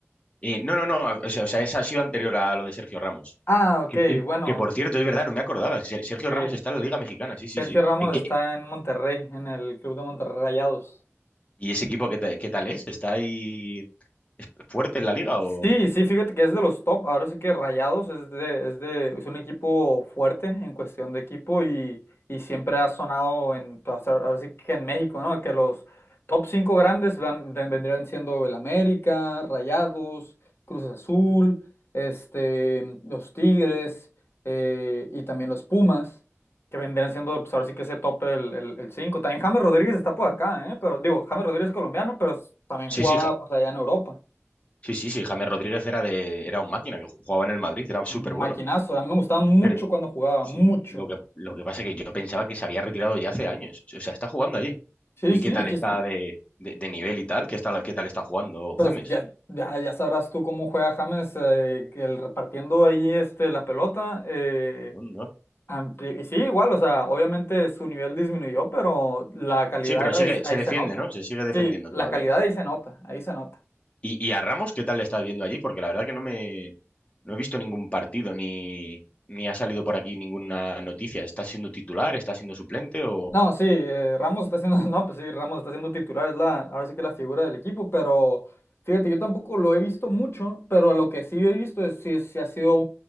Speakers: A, on the left; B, on the left.
A: Eh, no, no, no, o sea, o sea, esa ha sido anterior a lo de Sergio Ramos.
B: Ah, ok,
A: Que,
B: bueno,
A: que, por cierto, es verdad, no me acordaba. Ser- Sergio
B: sí.
A: Ramos está en la Liga Mexicana, sí, sí,
B: Sergio
A: sí.
B: Ramos
A: ¿En qué,
B: está en Monterrey, en el club de Monterrey Rayados.
A: ¿Y ese equipo qué, ta- qué tal es? ¿Está ahí es fuerte en la liga o...?
B: Sí, sí, fíjate que es de los top, ahora sí que Rayados es de, es de, es un equipo fuerte en cuestión de equipo y, y siempre ha sonado en, pues, ahora sí que en México, ¿no? Que los top cinco grandes van- ven- vendrían siendo el América, Rayados, Cruz Azul, este, los Tigres, eh, y también los Pumas, que vendrían siendo, pues ahora sí que ese top el, el, el cinco. También James Rodríguez está por acá, ¿eh? Pero digo, James Rodríguez es colombiano, pero también
A: Sí,
B: jugaba
A: sí, ja-
B: pues allá en Europa.
A: sí, sí, sí, James Rodríguez era de era un máquina que jugaba en el Madrid, era súper
B: Maquinazo,
A: bueno.
B: a mí me gustaba mucho
A: Pero,
B: cuando jugaba, mucho.
A: Sí, lo que, lo que pasa es que yo pensaba que se había retirado ya hace años. O sea, está jugando allí.
B: Sí,
A: ¿Y
B: sí,
A: qué tal
B: aquí
A: está
B: está.
A: de, de- de nivel y tal? ¿Qué está, qué tal está jugando
B: Pues
A: James?
B: ya, ya, ya sabrás tú cómo juega James, eh, que el repartiendo ahí este, la pelota. eh,
A: No, no.
B: ampli- y sí, igual, o sea, obviamente su nivel disminuyó, pero la calidad
A: Sí, pero sigue,
B: ahí, ahí
A: se defiende,
B: se nota.
A: ¿no? Se sigue defendiendo
B: Sí, la
A: todavía.
B: calidad ahí se nota, ahí se nota.
A: ¿Y, y a Ramos qué tal le estás viendo allí? Porque la verdad que no me no he visto ningún partido ni, ni ha salido por aquí ninguna noticia. ¿Está siendo titular? ¿Está siendo suplente? ¿O
B: No, sí, eh, Ramos está haciendo <laughs> no, pues sí, Ramos está siendo titular, es la, ahora sí que la figura del equipo, pero fíjate, yo tampoco lo he visto mucho, pero lo que sí he visto es si, si ha sido